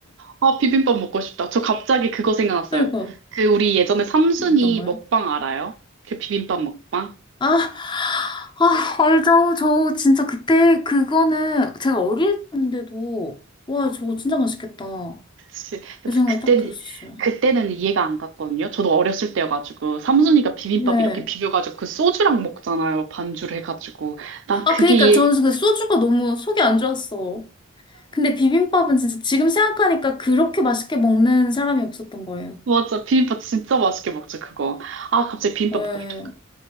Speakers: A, on the right; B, on the left.
A: 아, 비빔밥 먹고 싶다. 저 갑자기 그거 생각났어요.
B: 그러니까요.
A: 그 우리 예전에 삼순이
B: 어떤가요?
A: 먹방 알아요? 그 비빔밥 먹방?
B: 아, 아, 알죠. 저 진짜 그때 그거는 제가 어릴 때인데도 와, 저거 진짜 맛있겠다.
A: 그치.
B: 그 생각이
A: 그때,
B: 딱 들었어요.
A: 그때는 이해가 안 갔거든요. 저도 어렸을 때여가지고. 삼순이가 비빔밥
B: 네.
A: 이렇게 비벼가지고 그 소주랑 먹잖아요. 반주를 해가지고. 난
B: 아,
A: 그게
B: 그러니까
A: 이해,
B: 저는 그 소주가 너무 속이 안 좋았어. 근데 비빔밥은 진짜 지금 생각하니까 그렇게 맛있게 먹는 사람이 없었던 거예요.
A: 맞아. 비빔밥 진짜 맛있게 먹지, 그거. 아, 갑자기 비빔밥
B: 네.
A: 먹고 싶다.